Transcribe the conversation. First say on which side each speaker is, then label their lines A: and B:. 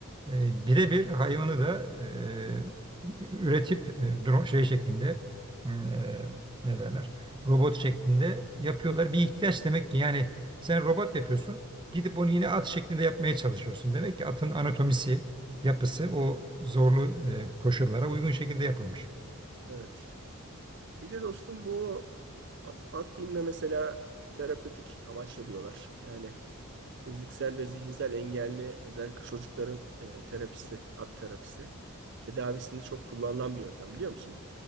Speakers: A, on the right; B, on the right.
A: E, birebir hayvanı da e, üretip e, drone şey şeklinde e, ne derler robot şeklinde yapıyorlar. Bir ihtiyaç demek ki yani sen robot yapıyorsun gidip onu yine at şeklinde yapmaya çalışıyorsun. Demek ki atın anatomisi yapısı o zorlu e, koşullara uygun şekilde yapılmış.
B: Evet. Bir de dostum bu at at binme mesela terapötik amaçlı diyorlar. Yani fiziksel ve zihinsel engelli özellikle çocukların e, terapisi, at terapisi tedavisinde çok kullanılan bir yöntem biliyor musun?